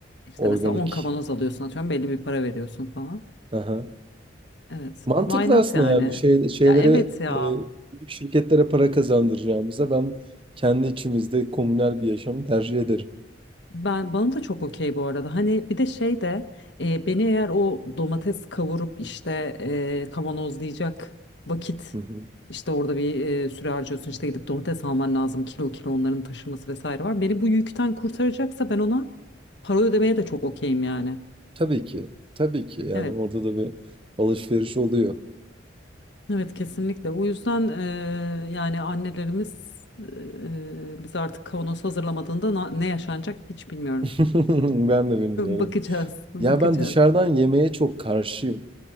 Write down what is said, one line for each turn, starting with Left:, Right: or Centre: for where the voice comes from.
Left: İşte
Right: organik.
Left: mesela 10 kavanoz alıyorsun atıyorum belli bir para veriyorsun falan.
Right: Aha.
Left: Evet.
Right: Mantıklı
Left: Why not
Right: aslında
Left: yani?
Right: yani bir şey şeylere
Left: Ya evet ya.
Right: e, büyük şirketlere para kazandıracağımıza ben kendi içimizde komünel bir yaşamı tercih ederim.
Left: Ben bana da çok okey bu arada. Hani bir de şey de e, beni eğer o domates kavurup işte e, kavanozlayacak vakit
Right: Hı hı.
Left: işte orada bir e, süre harcıyorsun işte gidip domates alman lazım kilo kilo onların taşıması vesaire var. Beni bu yükten kurtaracaksa ben ona para ödemeye de çok okeyim yani.
Right: Tabii ki. Tabii ki. Yani
Left: Evet,
Right: orada da bir alışveriş oluyor.
Left: evet kesinlikle. O yüzden e, yani annelerimiz e, e, biz artık kavanoz hazırlamadığında na- ne yaşanacak hiç bilmiyorum.
Right: <laughs> Ben de bilmiyorum.
Left: <laughs> Bakacağız, bakacağız.
Right: Ya ben dışarıdan yemeğe çok karşıyım.